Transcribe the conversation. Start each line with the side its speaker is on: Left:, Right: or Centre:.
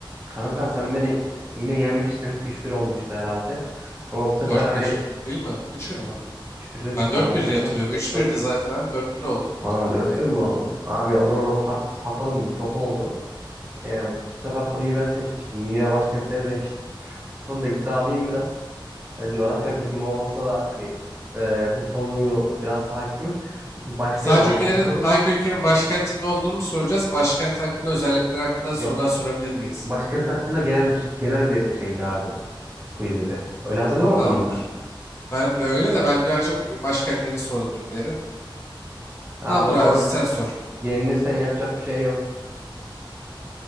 Right: Kanka sen beni yine yenmiştin. 3-1 olmuştu herhalde. Ama bu sefer
Left: Dört
Right: hani
Left: bir, değil mi? Üç bir mi?
Right: 3-1 dedik
Left: Ben 4-1
Right: ya ben
Left: diye
Right: sana
Left: hatırlıyorum. 3-1'di
Right: dört. 1
Left: zaten abi dört bir oldu diye
Right: Aa
Left: hatırlıyorum
Right: 4-1
Left: aynı.
Right: mi oldu? Abi o zaman o farkı kapatalım bir. Çok oldu. Ee, bu bu sefer konuyu ben seçmiştim. Dünya başkentleri demiştik. Bu konuda iddialıyım biraz. Hani coğrafya bilgim olmasa da hani e, bu konuyu biraz hakimim. Bir başlayalım.
Left: Sadece
Right: Haz-
Left: ülkelerin
Right: Hazırladın
Left: hangi
Right: mı?
Left: ülkenin başkentinin olduğunu mu soracağız? Başkent hakkında özellikleri hakkında sorular
Right: Yok.
Left: sorabilir miyiz?
Right: Başkent hakkında genel genel bir şeydi abi. Quizdi. Öyle hazırlamadın
Left: Tamamdır.
Right: mı sen?
Left: Ben de öyle de ben daha çok başkentlerini sordum ülkelerin.
Right: Abi
Left: Tamamdır
Right: o zaman
Left: abi sen sor.
Right: yenilirsen yapacak bir şey yok.